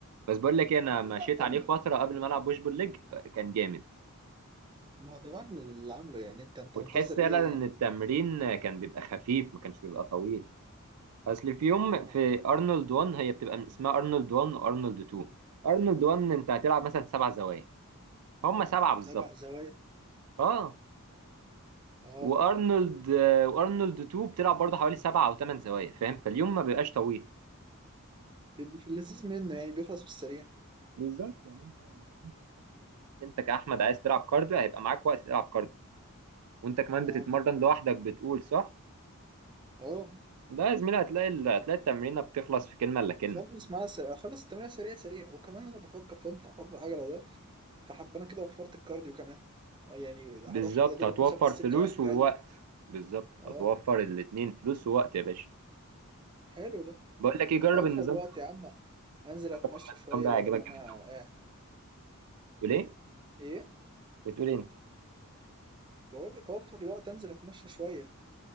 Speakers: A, on the right; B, on the right.
A: بس بقول لك ايه، انا
B: لا
A: مشيت
B: ارنولد
A: عليه فتره قبل ما العب بوش بول ليج كان جامد
B: ما هو ده ارنولد اللي عامله يعني انت انت
A: وتحس
B: منتظر
A: فعلا
B: ايه
A: ان
B: يعني
A: التمرين كان بيبقى خفيف ما كانش بيبقى طويل اصل في يوم
B: ما
A: في
B: هو
A: ارنولد 1 هي بتبقى من اسمها ارنولد 1 وارنولد 2 ارنولد 1 انت هتلعب مثلا سبع زوايا هم سبعه بالظبط
B: تبع زوايا
A: اه
B: اه
A: وارنولد آه، وارنولد 2 بتلعب برضه حوالي سبعه او ثمان زوايا فاهم فاليوم ما بيبقاش طويل
B: بيبقى في اللذيذ منه يعني بيخلص في السريع
A: بالظبط يعني انت لو انت انت كاحمد عايز تلعب كارديو هيبقى معاك وقت تلعب كارديو وانت كمان
B: اه
A: بتتمرن لوحدك بتقول صح
B: اه
A: لا يا زميلي هتلاقي ال- هتلاقي التمرينه بتخلص في كلمه الا كلمه
B: اخلص معاه سريع اخلص التمرين سريع سريع وكمان انا بفكر فاهم في حوار العجله ده فحب انا كده وفرت الكارديو كمان يعني
A: بالظبط
B: هروح يا دوبك
A: هتوفر
B: مسافه السكه
A: فلوس
B: رايح جاي
A: ووقت بالظبط
B: اه
A: هتوفر الاتنين فلوس ووقت يا باشا
B: حلو ده
A: بقول لك ايه جرب
B: اوفر
A: النظام
B: الوقت
A: ده
B: يا عم انزل اتمشى
A: جرب والله
B: شويه
A: النظام ده
B: بدل
A: هيعجبك
B: ما
A: جامد
B: انا
A: قوي
B: قاعد
A: بتقول ايه
B: ايه
A: بتقول إيه انت
B: بقول لك اوفر الوقت انزل اتمشى شويه